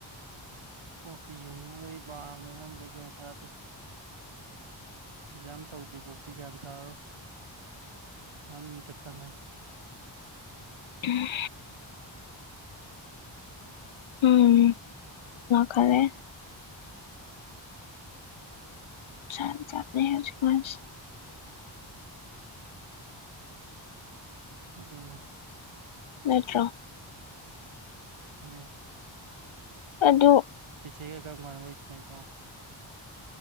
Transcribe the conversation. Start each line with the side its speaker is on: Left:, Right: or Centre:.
Right: ꯀꯣꯐꯤ ꯌꯨꯡꯒꯗꯤ ꯄꯥꯝꯅꯦ ꯈꯪꯗꯦ ꯒ꯭ꯌꯥꯟ ꯇꯥꯗꯦ ꯑꯦꯛꯖꯥꯝ ꯇꯧꯗ꯭ꯔꯤꯕꯣꯛꯗꯤ ꯒ꯭ꯌꯥꯟ ꯇꯥꯔꯣ ꯆꯥꯟꯅꯤꯃꯤꯇ ꯀꯂꯅꯤ
Left: ꯎꯝ ꯎꯝ ꯈꯔꯦ ꯆꯠ ꯆꯠꯅꯤ ꯍꯧꯖꯤꯛ ꯀꯟꯁꯤ
Right: ꯗꯅꯦ
Left: ꯅꯦꯠꯇ꯭ꯔꯣ
Right: ꯃꯅꯤ
Left: ꯑꯗꯨ
Right: ꯆꯦ ꯆꯦ ꯒꯥ ꯀꯝꯃꯔ ꯀꯟꯗ ꯋꯥꯔꯤ ꯁꯔꯤꯅꯤ